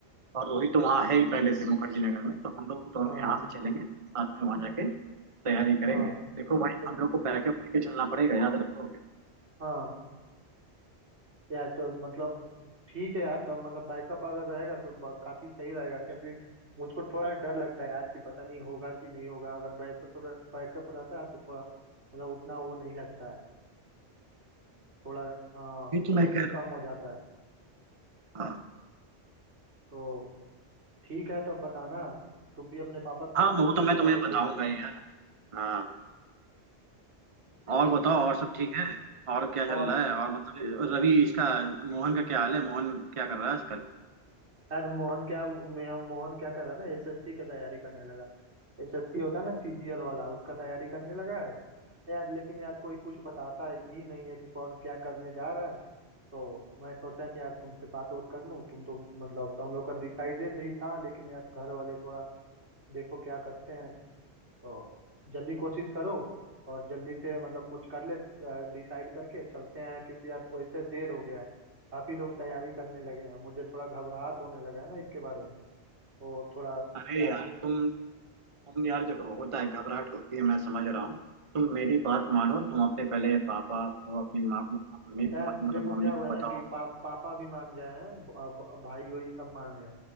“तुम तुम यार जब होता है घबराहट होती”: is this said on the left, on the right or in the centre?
Right